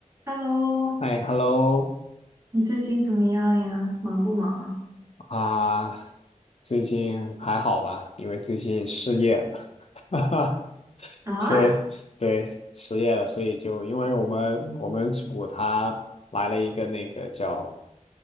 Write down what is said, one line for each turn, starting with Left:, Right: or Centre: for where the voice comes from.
Right: Hello，
Left: 哎，hello
Right: 你最近怎么样呀？忙不忙
Left: 啊，最近还好吧？因为最近失业了，<laughs> 哈哈，
Right: 啊？
Left: 所以对失业了，
Right: 啊
Left: 所以就因为我们我们组他来了一个那个叫